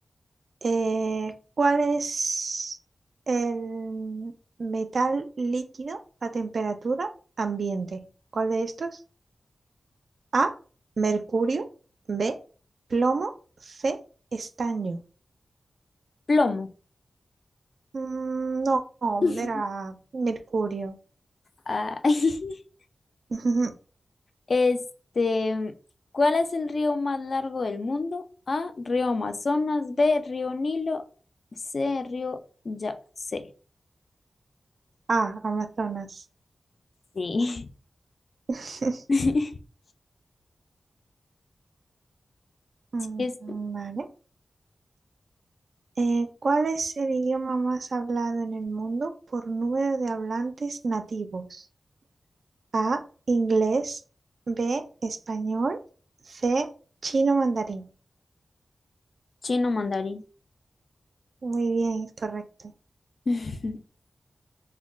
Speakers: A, on the right; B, on the left.
A: Eh, ¿cuál es el metal líquido a temperatura ambiente? ¿Cuál de estos? A, mercurio, B, plomo, C, estaño.
B: Plomo.
A: Mm, no, no,
B: <laughs>
A: era mercurio.
B: Ah, <laughs>
A: <laughs>
B: este, ¿cuál es el río más largo del mundo? A, río Amazonas, B, río Nilo, C, río Yangtze.
A: Ah, Amazonas.
B: Sí.
A: <laughs>
B: <laughs>
A: Mm,
B: Es
A: Vale. Eh, ¿cuál es el idioma más hablado en el mundo por número de hablantes nativos? A, inglés, B, español, C, chino mandarín.
B: chino mandarín.
A: Muy bien, es correcto.
B: <laughs>